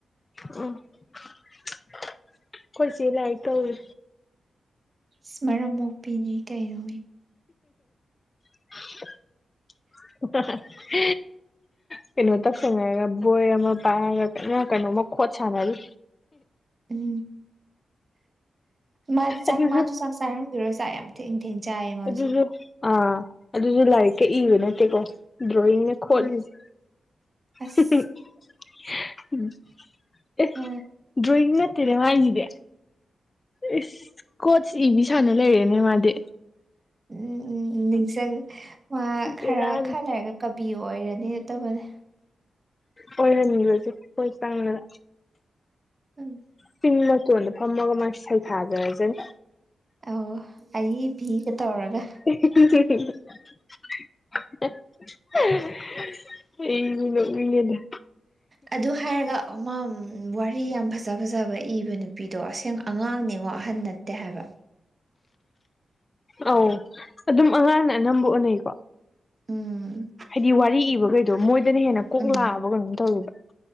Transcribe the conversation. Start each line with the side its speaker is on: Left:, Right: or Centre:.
Left: ꯎ ꯑꯩꯈꯣꯏ ꯆꯦ ꯂꯥꯏꯔꯤꯛ ꯇꯧꯔꯤ
Right: ꯏꯁ ꯃꯔꯝ ꯃꯣꯛꯄꯤꯅꯤ ꯀꯩꯅꯣ
Left: <unintelligible> <unintelligible> ꯀꯩꯅꯣ ꯇꯧꯁꯟꯅꯔꯒ ꯕꯣꯏ ꯑꯃ ꯄꯥꯏꯔꯒ ꯀꯟꯅ ꯀꯩꯅꯣꯃ ꯈꯣꯠ ꯁꯥꯟꯅꯔꯤ
Right: ꯎꯝ ꯃꯥꯗꯤ ꯆꯥꯛ
Left: ꯑꯗꯨꯁꯨ
Right: ꯃꯥꯁꯨ ꯆꯥꯛ ꯆ <inaudible> ꯔꯣꯏ ꯆꯥꯛ ꯌꯥꯝ ꯊꯦꯡ ꯊꯦꯡ ꯆꯥꯏꯌꯦ ꯃꯥꯁꯨ
Left: ꯑꯗꯨꯁꯨ ꯑꯥ ꯑꯗꯨꯁꯨ ꯂꯥꯏꯔꯤꯛꯀ ꯏꯕ ꯅꯠꯇꯦꯀꯣ ꯗ꯭ꯔꯣꯋꯤꯡꯅꯦ ꯈꯣꯠꯂꯤꯁꯦ
Right: ꯎꯝ ꯑꯁ
Left: <unintelligible>
Right: ꯑ
Left: <unintelligible> ꯗ꯭ꯔꯣꯋꯤꯡ ꯅꯠꯇꯦꯅꯦ ꯃꯥꯏꯁꯤꯗꯤ ꯑꯦ ꯀꯣꯆ ꯏꯕꯤ ꯁꯥꯟꯅ ꯂꯩꯔꯦꯅꯦ ꯃꯥꯗꯤ
Right: ꯎꯝ ꯎꯝ ꯎꯝ ꯅꯤꯡꯁꯪ ꯃꯥ
Left: ꯕꯦꯔꯥꯅꯤ
Right: ꯈꯔ ꯈ ꯂꯩꯔꯒ ꯀꯕꯤ ꯑꯣꯏꯔꯅꯤ ꯇꯧꯕꯅꯦ
Left: ꯑꯣꯏꯍꯟꯈꯔꯁꯦ ꯑꯩꯈꯣꯏ ꯆꯪꯗꯅ
Right: ꯎꯝ
Left: ꯆꯤꯡ ꯃꯇꯣꯟꯗ ꯐꯝꯃ ꯃ ꯁꯩꯊꯖꯔꯁꯅꯤ
Right: ꯑꯣ ꯑꯏꯕꯤꯒ ꯇꯧꯔꯒ
Left: <unintelligible> <unintelligible> ꯑꯩꯗꯤꯕ ꯄꯦꯜꯂꯦꯗ <unintelligible>
Right: ꯑꯗꯨ ꯍꯥꯏꯔꯒ ꯑꯃꯥ ꯋꯥꯔꯤ ꯌꯥꯝ ꯐꯖ ꯐꯖꯕ ꯏꯕ ꯅꯨꯄꯤꯗꯣ ꯑꯁꯦꯡ ꯑꯉꯥꯡꯅꯦꯉꯣ ꯑꯍꯟ ꯅꯠꯇꯦ ꯍꯥꯏꯕ
Left: ꯑꯧ ꯑꯗꯨꯝ ꯑꯉꯥꯡꯅ ꯑꯅꯝꯕ ꯑꯣꯏꯅꯩꯀꯣ
Right: ꯎꯝ
Left: ꯍꯥꯏꯗꯤ ꯋꯥꯔꯤ ꯏꯕꯈꯩꯗꯣ ꯃꯣꯏꯗꯅ ꯍꯦꯟꯅ ꯀꯣꯛ
Right: ꯎꯝ
Left: ꯂꯥꯛꯑꯕ ꯀꯩꯅꯣꯝ ꯇꯧꯋꯦꯕ